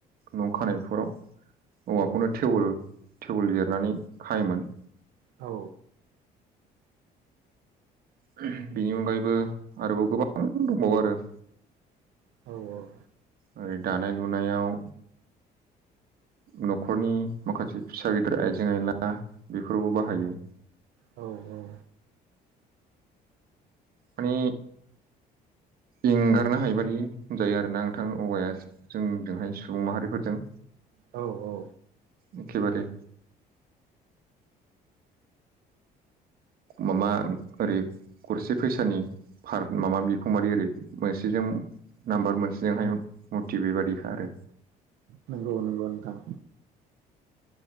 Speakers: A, on the right (about 60°); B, on the right (about 85°).
A: न' खानायफोराव औवाखौनो
B: औ
A: टेवोल टेबोल जिरनानै खायोमोन
B: औ
A: बेनि अनगायैबो आरोबाव गोबां दंबावो आरो
B: औ-औ
A: ओ दानाय लुनायाव न'खरनि माखासे फिसा गिदिर आइजें आयला बेफोरावबो बाहायो
B: औ औ
A: माने एंगारनो हायि बादि होनजायो आरोना नोंथां औवाया जोंजोंहाय सुबुं माहारिफोरजों
B: औ औ
A: एखेबारे मामा ओरै गरसे फैसानि फार माबा बिखंबादि ओरै मोनसेजों नाम्बार मोनसेजोंहाय मुरथि बेबादिखा आरो
B: नंगौ नंगौ नोंथां